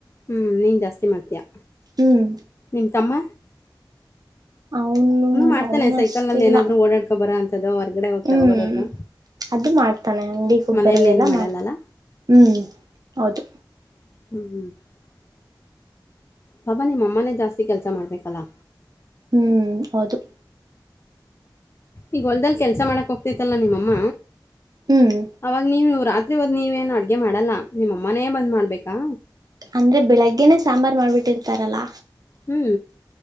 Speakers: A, on the left (about 35°); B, on the right (about 50°).
A: ಹ್ಮ ನೀನ್ ಜಾಸ್ತಿ ಮಾಡ್ತೀಯಾ.
B: ಹ್ಮ್
A: ನಿಮ್ಮ ತಮ್ಮ
B: ಅವನು
A: ಮಾಡ್ತಾನೆ
B: ಅವನು
A: ಸೈಕಲ್ನಲ್ಲಿ
B: ಅಷ್ಟಿಲ್ಲ
A: ಏನಾದರೂ ಓಡಾಡ್ಕೊ ಬರೋ ಅಂಥದ್ದು ಹೊರ್ಗಡೆ ಹೋಗಿ
B: ಹ್ಮ
A: ತಗೊಬರೋದು.
B: ಅದು ಮಾಡ್ತಾನೆ ಅಂಗಡಿ ಹೋಗ್ಬರೋದೆಲ್ಲಾ
A: ಮನೇಲಿ ಏನು ಮಾಡಲ್ಲಲ್ಲ
B: ಮಾಡ್ತಾನೆ ಹ್ಮ. ಹೌದು
A: <inaudible> ಪಾಪ ನಿಮ್ಮ ಅಮ್ಮನೇ ಜಾಸ್ತಿ ಕೆಲ್ಸ ಮಾಡ್ಬೇಕಲ್ಲಾ.
B: ಹ್ಮ ಹೌದು
A: ಈಗ ಹೊಲ್ದಲ್ ಕೆಲ್ಸ ಮಾಡಕ್ ಹೋಗ್ತತ್ತಲ್ಲ ನಿಮ್ಮಮ್ಮ.
B: ಹ್ಮ್
A: ಅವಾಗ ನೀನು ರಾತ್ ಇವಾಗ ನೀವೇನು ಅಡ್ಗೆ ಮಾಡಲ್ಲ ನಿಮ್ಮಮ್ಮನೇ ಬಂದ್ ಮಾಡ್ಬೇಕಾ.
B: ಅಂದ್ರೆ ಬೆಳಗ್ಗೆನೆ ಸಾಂಬಾರ ಮಾಡ್ಬಿಟ್ಟಿರ್ತಾರಲ್ಲಾ.
A: ಹ್ಮ